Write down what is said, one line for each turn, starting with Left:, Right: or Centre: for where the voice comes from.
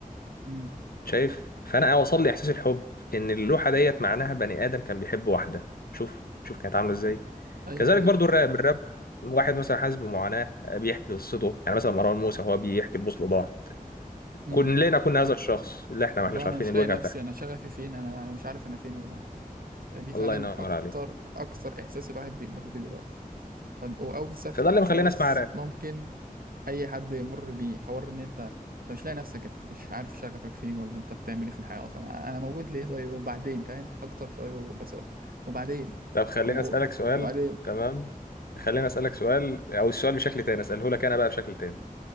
Right: مم.
Left: شايف فانا وصل لي احساس الحب ان اللوحه ديت معناها بني ادم كان بيحب واحده شوف شوف كانت عامله ازاي
Right: ايوه
Left: كذلك
Right: ايوه
Left: برضو الراب الراب واحد مثلا حاسس بمعاناه آه، بيحكي قصته يعني مثلا مروان موسى هو بيحكي البوصله ضاعت
Right: مم.
Left: كلنا كنا هذا الشخص اللي احنا ما
Right: اللي
Left: احناش
Right: هو انا
Left: عارفين
Right: مش
Left: الوجع
Right: لاقي نفسي
Left: بتاعه
Right: انا شغفي فين انا انا مش عارف انا فين انا دي فعلا
Left: الله ينور
Right: اكتر
Left: عليك
Right: اكتر احساس الواحد بيمر بيه دلوقتي طب واوسخ
Left: فده
Right: احساس
Left: اللي مخليني اسمع راب
Right: ممكن اي حد يمر بيه حوار ان انت انت مش لاقي نفسك انت مش عارف شغفك فين ولا انت بتعمل ايه في الحياه اصلا انا أنا موجود ليه طيب وبعدين فاهم اكتر سؤال بسأله وبعدين
Left: طب خليني
Right: و...
Left: اسالك سؤال
Right: وبعدين
Left: تمام خليني اسالك سؤال او السؤال بشكل تاني اساله لك انا بقى بشكل تاني